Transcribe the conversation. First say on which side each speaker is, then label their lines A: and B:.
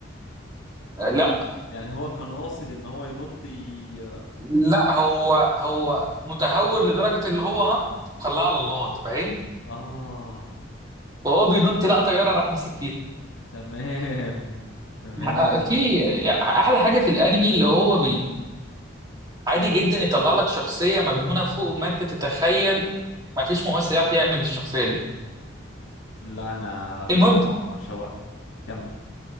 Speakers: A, on the right; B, on the left.
A: آه، لا
B: يعني هو كان قاصد ان هو ينط ي...
A: لا هو هو متهور لدرجة اللي هو نط خلاه على الله انت فاهم
B: اه
A: وهو بينط لقى طيارة راح ماسك فيها
B: تمام تمام
A: <laughs> في احلى حاجه في الانمي اللي هو عادي جدا يطلع لك شخصية مجنونة فوق ما انت تتخيل ما فيش ممثل يعرف يعمل الشخصية دي
B: لا انا الموضوع
A: المهم
B: شوقني كمل